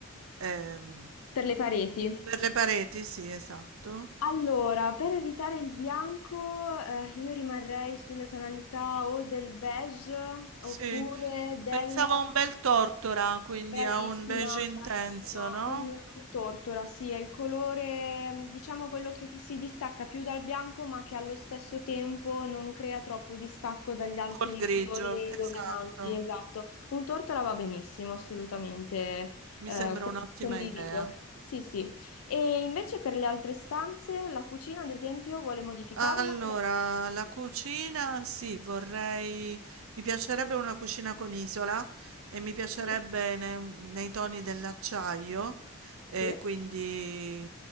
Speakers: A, on the right (about 70°); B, on the left (about 75°).
A: ehm
B: per le pareti.
A: per le pareti? Sì, esatto.
B: Allora, per evitare il bianco, eh, io rimarrei sulle tonalità o del beige
A: Sì,
B: oppure del
A: pensavo a un bel tortora, quindi
B: Bravissima,
A: a un beige intenso,
B: bravissima.
A: no,
B: Un, un tortora, sì, è il colore, diciamo quello che ti si distacca più dal bianco, ma che allo stesso tempo non crea troppo distacco dagli altri
A: col grigio,
B: colori
A: esatto.
B: dominanti, esatto. Un tortora va benissimo, assolutamente,
A: Mi
B: eh,
A: sembra
B: con-
A: un'ottima
B: condivido.
A: idea.
B: Sì, sì. E invece per le altre stanze, la cucina, ad esempio, vuole modificarla
A: Allora,
B: o la manteniamo così?
A: la cucina, sì, vorrei, mi piacerebbe una cucina con isola e mi piacerebbe
B: Sì.
A: ne- nei toni dell'acciaio, e
B: Sì.
A: quindi